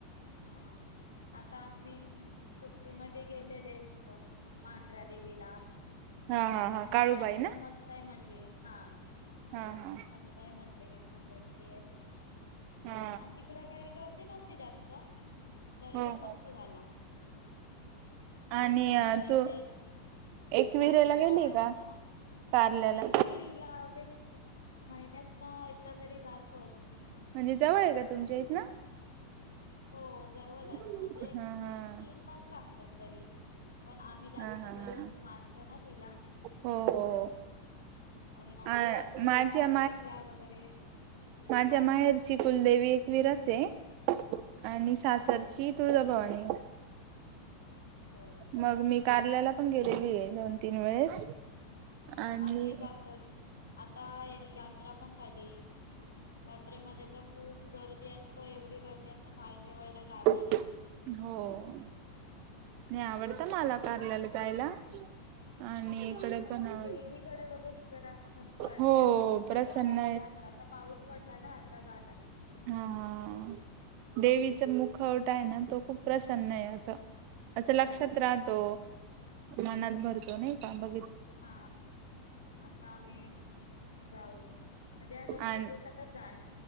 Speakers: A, on the left; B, on the right.
A: हा आता. मी सुट्टी मदी गेलेले होत मांढ्रा देेवीला.
B: हा हा हा काळूबाई
A: तो
B: ना
A: पण मस्त आहे, मंदिर हा.
B: हा हा
A: मस्त आहे मंदिर एकदम वरती हाय.
B: हा
A: आणि तिकड काही गर्दी नव्हती जास्त दर्शन
B: हो हो
A: मस्त झाला.
B: आणि
A: म्हणजे आमच्या
B: तू
A: इथे
B: एकविरेला
A: साईट
B: गेली
A: ला आहे
B: का
A: ना ना.
B: कारल्याला
A: एकवीरेला मी महिन्यात ना एकदा तरी जातोच.
B: म्हणजे जवळ आहे, का तुमच्या इथन.
A: हो जवळाय
B: हा
A: म्हणजे
B: हा
A: तीन तास लागतात तरी. पण आम्ही जास्त
B: हा हा
A: करून
B: हा
A: मानतो ना तिला.
B: हो हो
A: म्हणून आम्ही
B: अ
A: जातोच
B: माझ्या
A: पालखीला वगैरे. हा
B: माजा माहेर ची कुलदेवी एकवीरच आहे. आणि सासरची तुळजाभवानी.
A: हो का
B: मग मी कार्ला्याला पण गेलेली आहे, दोन तीन वेळेस.
A: हा
B: आणि
A: आमी जातोच आत आता यात्रा पण झाली यात्रेमध्ये तर खूप गर्दी अस त एवढी गर्दी असत पाय ठेवायला.
B: हो.
A: जागा नाही.
B: नाही आवडत मला कार्ल्याला जायला. आणि
A: हा
B: इकडे
A: आणि
B: पण आवडत
A: देवीकड बघून जरा. मस्त वाटत
B: हो प्रसन्न
A: आता मी जाणार आता पाऊस पडला ना आता जा
B: हा हा देवीच मुखवट आहे ना. तो खूप प्रसन्न आहे, असं असं लक्षात
A: हो.
B: राहतो. मनात बरतो नाही का ब
A: हा आता आम्ही जाऊ. म्हणजे या दोन
B: आणि
A: तीन दिवसात जा